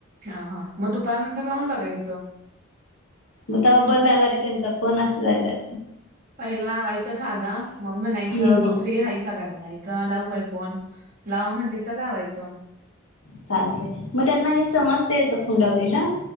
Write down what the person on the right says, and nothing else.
हा हा मग दुपारनंतर लावून, बघा यायच.
पहिला लावायचं साधा, मग म्हणायचं
मग फ्री हायसा काय म्हणायचं. लावू काय फोन? लाव म्हणली तर लावायचं.